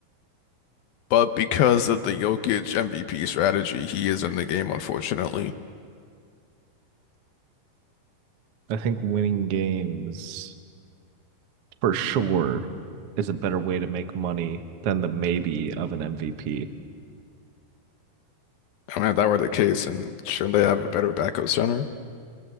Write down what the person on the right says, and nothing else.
I think winning games for sure is a better way to make money than the maybe of an MVP.